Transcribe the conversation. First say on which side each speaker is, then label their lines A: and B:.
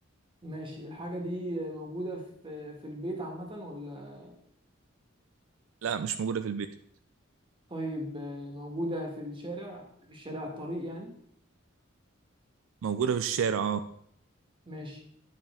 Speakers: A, on the right (about 25°); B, on the right (about 75°).
A: ماشي الحاجه دي موجوده في في البيت عامه ولا
B: لا مش موجوده في البيت
A: طيب آه، موجودة في الشارع الشارع الطريق يعني
B: موجوده في الشارع اه
A: ماشي